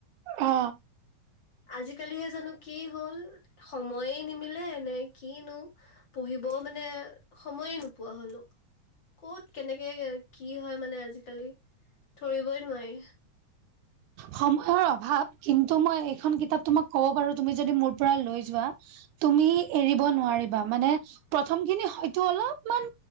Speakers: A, on the right; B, on the left.
A: অ
B: আজিকালিহে জানো কি হ'ল সময়ে নিমিলে এনে কিনো পঢ়িবও মানে সময়ে নোপোৱা হলো। কত কেনেকে কি হয় মানে আজিকালি ধৰিবই নোৱাৰি।
A: সময়ৰ অভাৱ কিন্তু মই এইখন কিতাপটো মই ক'ব পাৰো তুমি যদি মোৰ পৰা লৈ যোৱা তুমি এৰিব নোৱাৰিবা মানে প্ৰথম খিনি হয়তো অলপমান